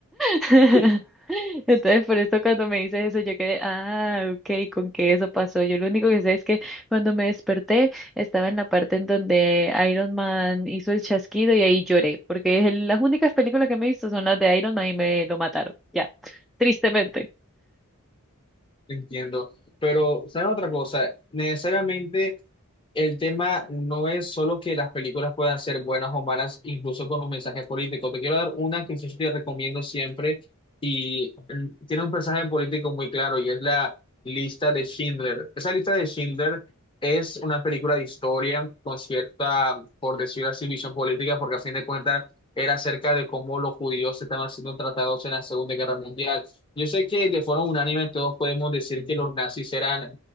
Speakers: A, in the centre; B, on the left.
A: <laughs>
B: <laughs>
A: Entonces, por eso cuando me dices eso, yo quedé, ah, ok, ¿con qué eso pasó? Yo lo único que sé es que cuando me desperté estaba en la parte en donde Iron Man hizo el chasquido y ahí lloré, porque es el- las únicas películas que me he visto son las de Iron Man y me lo mataron, ya, tristemente.
B: Entiendo, pero ¿saben otra cosa? Necesariamente el tema no es solo que las películas puedan ser buenas o malas, incluso con un mensaje político. Te quiero dar una que yo te recomiendo siempre y mm, tiene un mensaje político muy claro y es la lista de Schindler. Esa lista de Schindler es una película de historia con cierta, por decirlo así, visión política, porque a fin de cuentas era acerca de cómo los judíos estaban siendo tratados en la Segunda Guerra Mundial. Yo sé que de forma unánime todos podemos decir que los nazis eran